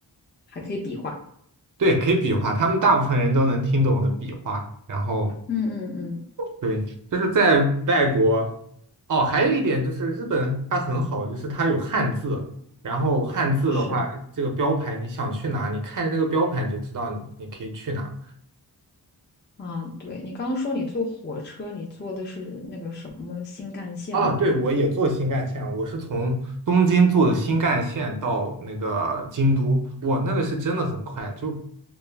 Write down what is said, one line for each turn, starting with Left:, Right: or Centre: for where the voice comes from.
Left: 还可以比划。
Right: 对，可以比划，他们大部分人都能听懂我的比划，然后
Left: 嗯嗯嗯，
Right: 对，就是在外国，哦，还有一点就是日本它很好，就是它有汉字，然后汉字的话，
Left: 是
Right: 这个标牌你想去哪，你看着那个标牌你就知道你你可以去哪。
Left: 啊，对，你刚刚说你坐火车，你坐的是那个什么新干线嘛？
Right: 哦，对，我也坐新干线了我是从东京坐的新干线到那个京都，哇，那个是真的很快，就